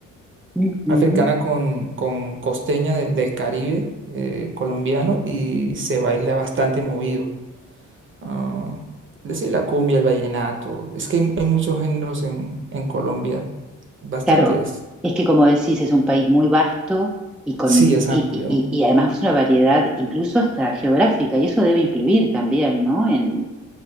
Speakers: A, in the centre; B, on the right.
A: ujú.
B: africana con, con costeña del, del Caribe eh, colombiano y se baila bastante movido. Ah, es decir, la cumbia, el vallenato. Es que hay, hay muchos géneros en, en Colombia, bastantes.
A: Claro, es que como decís, es un país muy vasto y, con,
B: Sí, es
A: y,
B: amplio.
A: y, y- y además una variedad incluso hasta geográfica, y eso debe influir también, ¿no? En,